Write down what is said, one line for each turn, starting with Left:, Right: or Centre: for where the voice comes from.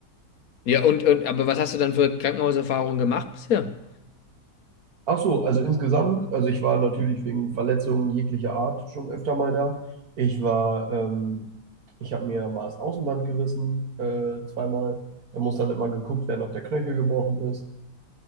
Left: Ja, und, und aber was hast du dann für Krankenhauserfahrungen gemacht bisher?
Right: Ach so, also insgesamt, also ich war natürlich wegen Verletzungen jeglicher Art schon öfter mal da. Ich war, ähm, ich habe mir mal das Außenband gerissen, äh, zweimal. Da muss dann immer geguckt werden, ob der Knöchel gebrochen ist.